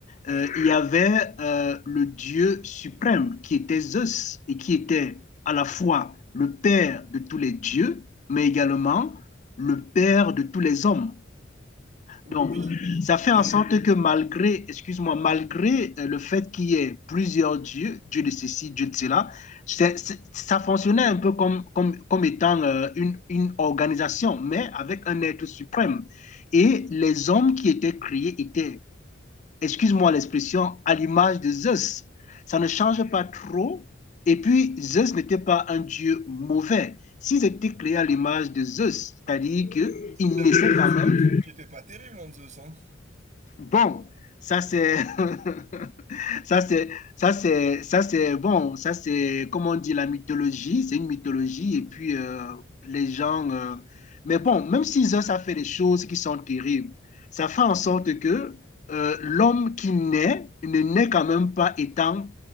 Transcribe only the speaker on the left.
euh,
il y avait euh, le dieu suprême qui était Zeus et qui était à la fois le père de tous les dieux, mais également le père de tous les hommes.
Donc, ça
fait en sorte que malgré, excuse-moi, malgré euh, le fait qu'il y ait plusieurs dieux, Dieu de ceci, Dieu de cela, c'est- c'est- ça fonctionnait un peu comme, comme, comme étant euh, une, une organisation, mais avec un être suprême. Et les hommes qui étaient créés étaient, excuse-moi l'expression, à l'image de Zeus. Ça ne change pas trop. Et puis, Zeus n'était pas un dieu mauvais. S'ils étaient créés à l'image de Zeus, c'est-à-dire qu'ils
naissaient
quand
même
Bon, ça c'est <laughs> ça c'est ça c'est ça c'est bon, ça c'est comment on dit la mythologie, c'est une mythologie et puis euh, les gens euh, mais bon, même s'ils ont ça fait des choses qui sont terribles, ça fait en sorte que euh, l'homme qui naît ne naît quand même pas étant